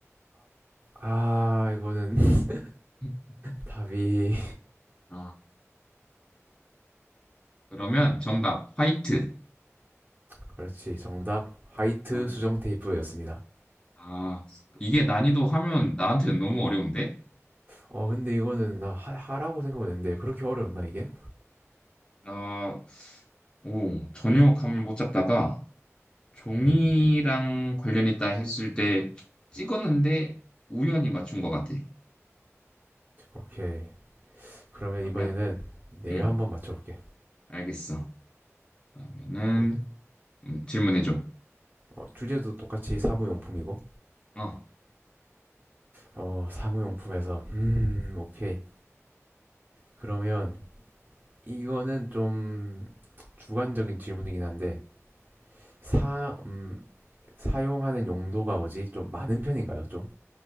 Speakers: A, on the right (about 40°); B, on the left (about 20°).
A: 음아아 이거는 <laughs>
B: <laughs>
A: 답이
B: 아, 그러면 정답, 화이트.
A: 그렇지 정답 화이트
B: 아,
A: 수정 테이프였습니다.
B: 아, 이게 난이도 하면 나한테는 너무 어려운데?
A: 어 근데 이거는 나 하, 하라고 생각했는데 그렇게 어려웠나 이게?
B: 아, 오, 전혀 감을 못 잡다가 종이랑
A: 음
B: 관련 있다 했을 때 찍었는데 우연히 맞춘 것 같아.
A: 오케이 그러면
B: 그러면,
A: 이번에는 내가
B: 음,
A: 한번 맞춰볼게.
B: 알겠어. 그러면은,
A: 음,
B: 음, 질문해줘.
A: 어, 주제도 똑같이 사무용품이고,
B: 어,
A: 어, 사무용품에서, 음, 오케이. 그러면 이거는 좀 주관적인 질문이긴 한데, 사, 음, 사용하는 용도가 뭐지? 좀 많은 편인가요? 좀?